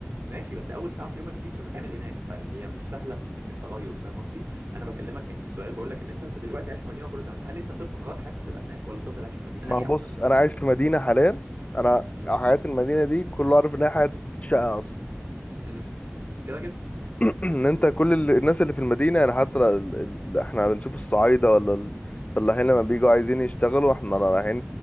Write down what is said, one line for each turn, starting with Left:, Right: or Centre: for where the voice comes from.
Right: ماشي بس اول ساعه في يومك دي مش هتتعمل هناك فهي مش سهله التغير فاهم قصدي انا بكلمك يعني السؤال بقول لك ان انت دلوقتي عايش في المدينه وكله تمام هل انت ترضى تغير حياتك تبقى هناك ولا تفضل عايش في المدينه
Left: ما
Right: انهي
Left: هو بص
Right: احسن فاهم
Left: انا
Right: قصدي
Left: عايش في مدينه حاليا انا
Right: امم
Left: حياه المدينه دي كله عارف انها حياه شقه اصلا
Right: امم كده كده
Left: <clears throat> ان انت كل ال- الناس اللي في المدينه يعني حتى ال... ال... احنا بنشوف الصعايده ولا ال... فلاحين
Right: امم
Left: لما بيجوا عايزين يشتغلوا احنا رايحين